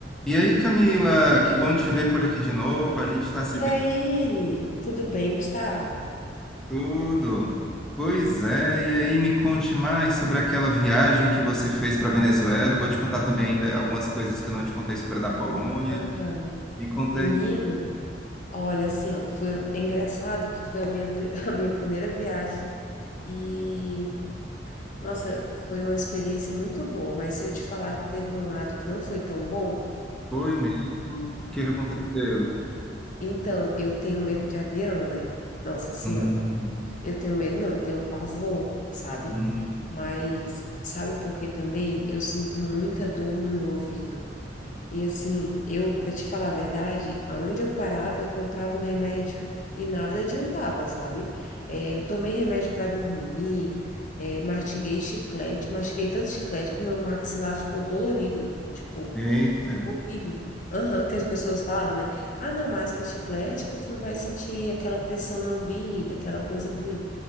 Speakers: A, in the centre; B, on the left.
A: E aí, Camila, que bom te ver por aqui de novo. A gente está se
B: E
A: vendo
B: aí, tudo bem, Gustavo?
A: tudo. Pois é, e aí me conte mais sobre aquela viagem que você fez para Venezuela. Eu vou te contar também ainda algumas coisas que eu não te contei sobre a da Polônia.
B: Aham.
A: Me conta
B: Menino,
A: aí.
B: olha assim, ó, foi é engraçado que foi a minha, pri- <laughs> a minha primeira viagem e, nossa, foi uma experiência muito boa, mas se eu te falar que teve um lado que não foi tão bom,
A: Foi mesmo? O que que aconteceu?
B: então eu tenho medo de avião, né? Nossa, assim,
A: Hum,
B: ó, eu tenho medo não, eu tenho pavor, sabe?
A: hum,
B: Mas sabe por que também? Eu sinto muita dor no meu ouvido. E assim, eu, para te falar a verdade, aonde eu parava, eu comprava um remédio e nada adiantava, sabe? É, eu tomei remédio para dormir, é, mastiguei chiclete, mastiguei tanto chiclete que meu maxilar ficou dolorido, tipo,
A: eita,
B: horrível. Aham, que as pessoas falavam, né? Ah, não, masca chiclete que tu não vai sentir aquela pressão no ouvido, aquela coisa ruim.